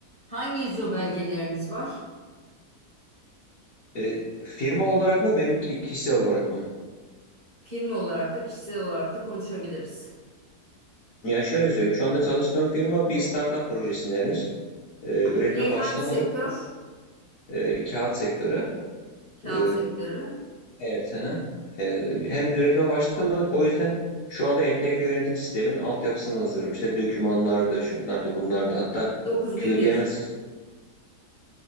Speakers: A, on the left; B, on the left.
A: Hangi ISO belgeleriniz var?
B: E, firma olarak mı benimki kişisel olarak mı?
A: Firma olarak da kişisel olarak da konuşabiliriz.
B: Ya şöyle söyleyeyim, şu anda çalıştığım firma bir startup projesinde henüz. E, üretime
A: Ne
B: başlamadık.
A: hangi sektör?
B: E, kağıt sektörü.
A: Kağıt
B: E,
A: sektörü.
B: Evet. hı hı. Ee, henüz üretime başlamadık. O yüzden şu anda entegre yönetim sisteminin altyapısını hazırlıyorum. İşte dokümanlar da, şunlar da, bunlar da. Hatta
A: 9001.
B: QDMS